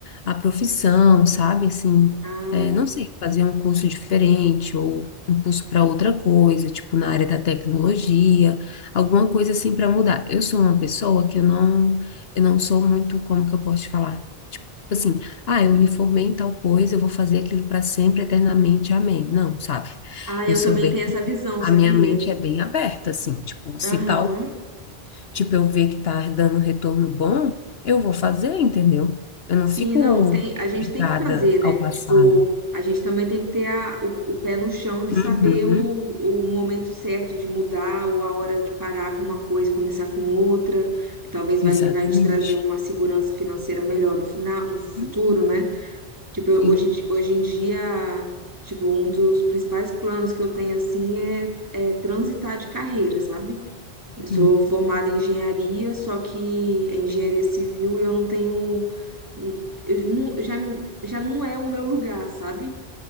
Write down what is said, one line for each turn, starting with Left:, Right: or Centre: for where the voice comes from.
Left: à profissão, sabe? Assim,
Right: Ah,
Left: é, não sei, fazer um curso diferente ou um curso para outra coisa, tipo na área da tecnologia, alguma coisa assim para mudar. Eu sou uma pessoa que eu não, eu não sou muito, como que eu posso te falar? Tipo Assim, ah, eu me formei em tal coisa, eu vou fazer aquilo para sempre, eternamente, amém. Não, sabe?
Right: ah,
Left: Eu
Right: eu
Left: sou
Right: também
Left: bem
Right: tenho essa visão,
Left: a
Right: sabia?
Left: minha mente é bem aberta, assim, tipo, se
Right: Aham.
Left: tal, tipo, eu ver que tá dando um retorno bom, eu vou fazer, entendeu? Eu não
Right: Sim,
Left: fico
Right: não, tem, a gente
Left: ligada
Right: tem que fazer, né?
Left: ao passado.
Right: Tipo, a gente também tem que ter a, o, o pé no chão de
Left: Uhum,
Right: saber o, o momento certo de mudar ou a hora de parar com uma coisa e começar com outra, que talvez vai,
Left: Exatamente.
Right: vai te trazer uma segurança financeira melhor no final, no
Left: Uhum,
Right: futuro, né? Tipo,
Left: Sim.
Right: eu- hoje, em di- hoje em dia, tipo, um dos principais planos que eu tenho, assim, é, é transitar de carreira, sabe? Eu
Left: Uhum,
Right: sou formada em engenharia, só que é engenharia civil e eu não tenho eu não, já, já não é o meu lugar, sabe?